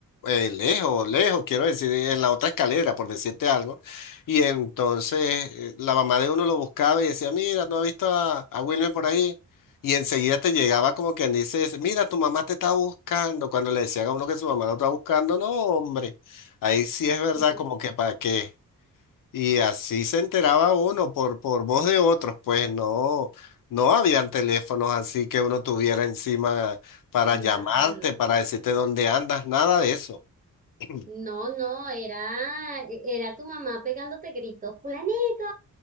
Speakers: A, on the left; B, on the right.
A: eh, lejos, lejos, quiero decir, en la otra escalera, por decirte algo. Y entonces eh, la mamá de uno lo buscaba y decía, mira, ¿no has visto a, a Wilmer por ahí? Y enseguida te llegaba como quien dice, mira, tu mamá te está buscando. Cuando le decían a uno que su mamá lo está buscando, no, hombre, ahí sí es verdad,
B: <laughs>
A: como que para qué. Y así se enteraba uno por, por voz de otros, pues no, no habían teléfonos así que uno tuviera encima para
B: No,
A: llamarte,
B: no.
A: para decirte dónde andas, nada de eso. <clears throat>
B: No, no, era, e, era tu mamá pegándote gritos, fulanito.